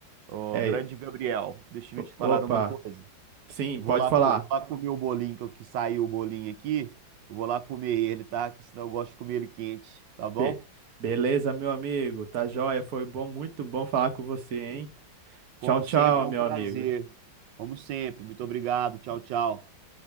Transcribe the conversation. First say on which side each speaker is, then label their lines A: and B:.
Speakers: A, on the right; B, on the right.
A: Ô,
B: É,
A: grande Gabriel, deixa
B: o-
A: eu te falar
B: opa,
A: uma coisa.
B: sim,
A: Vou
B: pode
A: lá,
B: falar.
A: co- vou lá comer o bolinho, que eu- que saiu o bolinho aqui. Eu Vou lá comer ele, tá? Que senão eu gosto de comer ele quente, tá bom?
B: Be- beleza, meu amigo, tá joia, foi bom, muito bom falar com você, hein?
A: Como
B: Tchau, tchau,
A: sempre, é
B: meu
A: um prazer.
B: amigo.
A: Como sempre. Muito obrigado. Tchau, tchau.